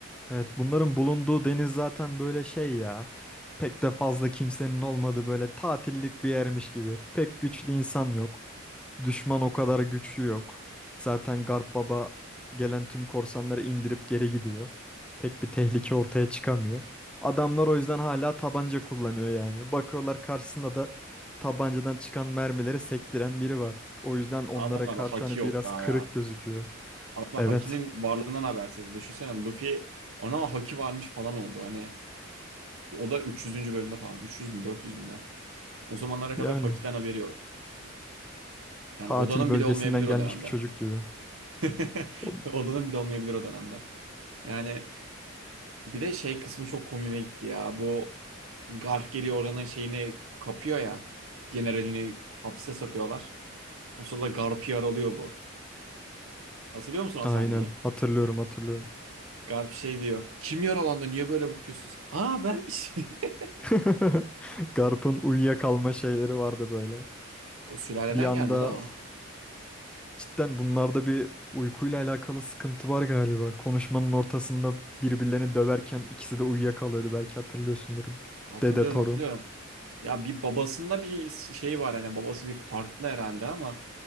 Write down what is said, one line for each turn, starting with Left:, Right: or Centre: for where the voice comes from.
Centre: Evet, bunların bulunduğu deniz zaten böyle şey ya. Pek de fazla kimsenin olmadığı böyle tatillik bir yermiş gibi. Pek güçlü insan yok. Düşman o kadar güçlü yok. Zaten Garp
Right: İşte
Centre: Baba gelen tüm korsanları indirip geri gidiyor. Pek bir tehlike ortaya çıkamıyor. Adamlar o yüzden hala tabanca kullanıyor yani. Bakıyorlar karşısında da tabancadan çıkan mermileri sektiren biri var. O yüzden onlara
Right: Adamlarda
Centre: karşı
Right: haki
Centre: hani
Right: yok
Centre: biraz
Right: daha
Centre: kırık
Right: ya.
Centre: gözüküyor.
Right: Adamlar
Centre: Evet,
Right: hakinin varlığından habersiz. Düşünsene Luffy ona haki varmış falan oldu. Hani o da 300. bölümde falan. 300 mü 400 mü ne? O zamanlara kadar
Centre: yani.
Right: hakiden haberi yok. Yani
Centre: Tatil
Right: odanın
Centre: bölgesinden
Right: bile olmayabilir o
Centre: gelmiş
Right: dönemde.
Centre: bir çocuk gibi.
Right: <laughs>
Centre: O-
Right: Odanın bile olmayabilir o dönemde. Yani Bir de şey kısmı çok komiğime gitti ya. Bu Garp geliyor oranın şeyini kapıyor ya. Generalini hapse sokuyorlar. O sırada Garp'ı yaralıyor bu. Hatırlıyor musun o
Centre: Aynen
Right: sahneyi?
Centre: hatırlıyorum hatırlıyorum.
Right: Garp şey diyor. Kim yaralandı? Niye böyle bakıyorsunuz? Aa benmiş. <laughs>
Centre: <laughs> Garp'ın uyuyakalma şeyleri vardı böyle.
Right: O sülaleden
Centre: Bir anda
Right: gelmedi o.
Centre: cidden bunlarda bir uykuyla alakalı sıkıntı var galiba. Konuşmanın ortasında birbirlerini döverken ikisi de uyuyakalıyordu belki hatırlıyorsundur.
Right: Hatırlıyorum
Centre: Dede torun.
Right: hatırlıyorum. Ya bir babasında bir şey var hani babası bir farklı herhalde ama